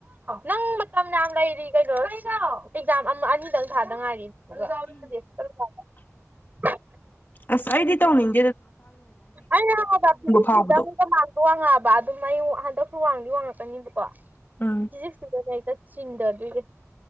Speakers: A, on the right; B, on the left.
A: ꯅꯡ ꯃꯇꯝ ꯌꯥꯝ ꯂꯩꯔꯤ ꯀꯩꯅꯣ ꯑꯦꯛꯖꯥꯝ ꯑꯃꯥ ꯑꯅꯤꯗꯡ ꯊꯥꯗ ꯉꯥꯏꯔꯤ <unintelligible> ꯎꯗꯦ ꯆꯠꯂꯣꯕꯥ <inaudible>
B: ꯑꯩꯗꯤ ꯇꯧꯅꯤꯡ
A: ꯑꯩꯅ
B: ꯐꯥꯎꯕꯗꯣ
A: ꯒꯥ <unintelligible> ꯇꯨ ꯃꯌꯨ ꯍꯟꯗꯛꯁꯨ ꯋꯥꯡꯗꯤ ꯋꯥꯡꯉꯛꯀꯅꯤꯕꯀꯣ
B: ꯎꯝ
A: ꯐꯤꯖꯛꯁꯥꯏ ꯆꯤꯟꯗꯕꯤꯎ